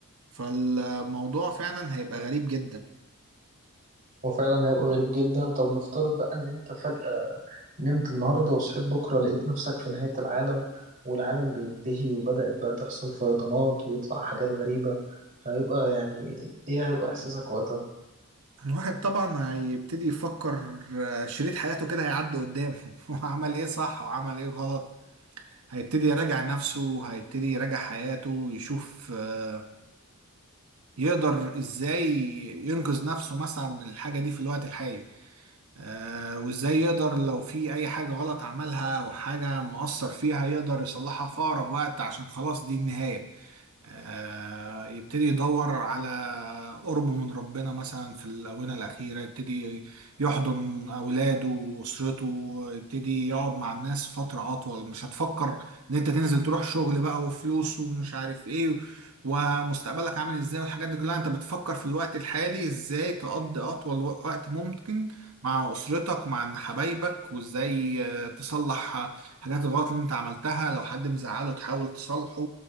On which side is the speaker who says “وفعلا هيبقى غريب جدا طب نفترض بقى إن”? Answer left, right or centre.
Right